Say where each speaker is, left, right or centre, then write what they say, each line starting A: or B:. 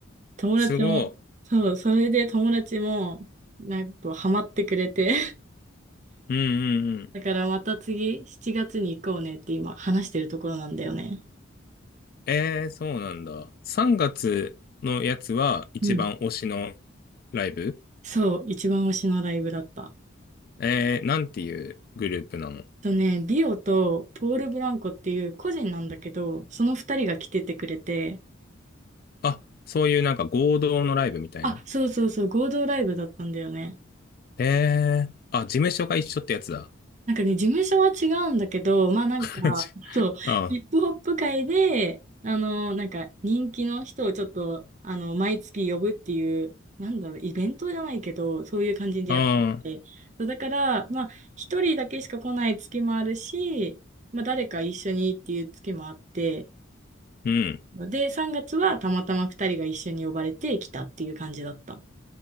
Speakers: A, on the right; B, on the left.
A: 友達も、
B: すご
A: そう、それで友達も、なんかハマってくれて、
B: い。うんうんうん。
A: だからまた次、7月に行こうねって今話してるところなんだよね。
B: ええそうなんだ。3月のやつは一番推しの
A: うん。
B: ライブ
A: そう、一番推しのライブだった。
B: ええなんていうグループなの
A: とね、ビオとポール・ブランコっていう個人なんだけど、その二人が来ててくれて、
B: あ、そういうなんか合同のライブみたいな。
A: あ、そうそうそう、合同ライブだったんだよね。
B: ええあ、事務所が一緒ってやつだ。
A: なんかね、事務所は違うんだけど、まあなんか、
B: <laughs> ち
A: そう、
B: あ
A: ヒップホップ界で、あの、なんか人気の人をちょっと、あの、毎月呼ぶっていう、なんだろう、イベントじゃないけど、そういう感じでやってて。
B: あ、ああ、
A: そうだから、まあ、一人だけしか来ない月もあるし、まあ、誰か一緒にっていう月もあって、
B: うん。
A: で、3月はたまたま二人が一緒に呼ばれて来たっていう感じだった。